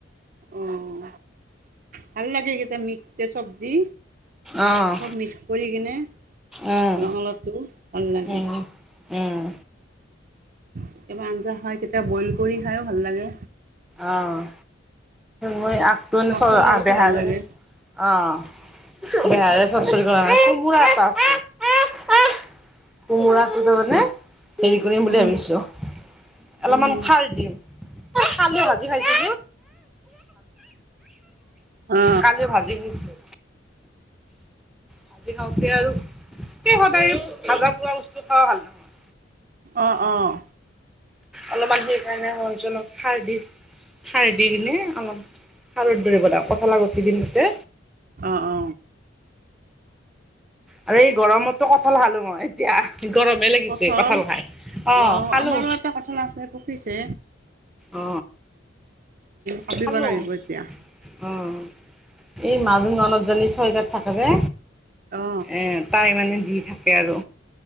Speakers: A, on the right; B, in the centre.
A: অঁ ভাল লাগেকেইটা মিক্স চবজি
B: অ'
A: চব মিক্স কৰি কিনে
B: উম
A: ৰঙালাওটো ভাল লাগে
B: উম উম
A: কেতিয়াবা আঞ্জা খাই কেতিয়াবা বইল কৰি খাইও ভাল লাগে
B: অ' মই আগটো এনে
A: মাছৰ লগতো
B: বেহাৰাৰে
A: ভাল লাগে
B: অ, বেহাৰে চৰসৰি কোমোৰা এটা আছে। কোমোৰাটো তাৰমানে হেৰি কৰিম বুলি
A: উম
B: ভাবিছো, অলপমান
A: উম
B: খাৰ দিম। কালি ভাজি খাইছিলো।
A: অ
B: কালি ভাজি দিছোঁ। ভাজি খাওঁতে আৰু এ সদায় ভাজা পোৰা বস্তু খোৱা ভাল নহয়
A: অ, অ'।
B: অলপমান সেই কাৰণে মইভাবচো অলপ খাৰ দি খাৰ দি কিনে অলপ খাৰত দি কিনে বনাম কঁঠালৰ গুটি দিন এতে।
A: অ অ
B: আৰু এই গৰমতটো কঠাল খালো মই। এতিয়া গৰমহে লাগিছে
A: কঠল
B: কঠাল খাই। অঁ
A: অ,
B: খালোঁ
A: আমাৰো এটা কঠাল আছে পকিছে।
B: অ,
A: কাটিব
B: খালো
A: লাগিব
B: অ।
A: এতিয়া
B: উম। এই মাজু ননদ জনি ছয়গাওঁত থাকে যে
A: অ
B: এ তাই মানে দি থাকে আৰু